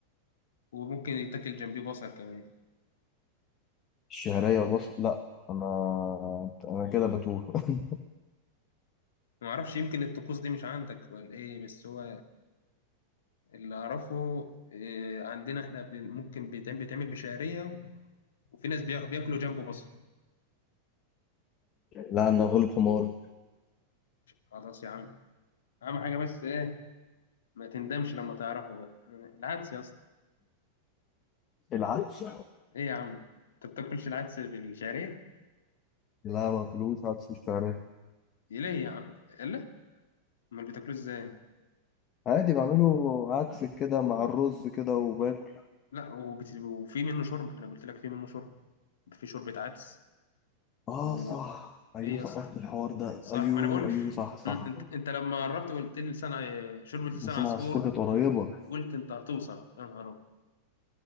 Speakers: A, on the left; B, on the left.
A: وممكن يتاكل جنبيه بصل كمان
B: الشعرية بص لا انا انا كده بتوه <laughs>
A: معرفش يمكن الطقوس دي مش عندك ولا إيه بس هو اللي أعرفه إيه عندنا إحنا بن- ممكن بيتعمل بيتعمل بشعرية وفي ناس بياخ- بياكلوا جنبه بصل
B: لا انا غلب حمار
A: خلاص يا عم أهم حاجة بس إيه ما تندمش لما تعرفه بقى العدس يا اسطى
B: العدس
A: إيه يا عم أنت بتاكلش العدس بالشعرية؟
B: لا ما باكلوش عدس بالفراخ
A: إيه ليه يا عم؟ إلا أمال بتاكلوه إزاي؟
B: عادي بعمله عدس كده مع الرز كده وباكل
A: لا وبت... وفي منه شرب انا قلت لك في منه شرب في شوربه عدس
B: اه
A: و
B: صح ايوه
A: ايه يا
B: سقطت
A: اسطى
B: الحوار ده
A: صح
B: ايوه
A: ما انا بقول
B: ايوه صح صح
A: م- انت انت لما قربت وقلت لي لسان ع- شوربه لسان
B: لسان
A: عصفور
B: عصفور كانت قريبة
A: قلت انت هتوصل يا نهار ابيض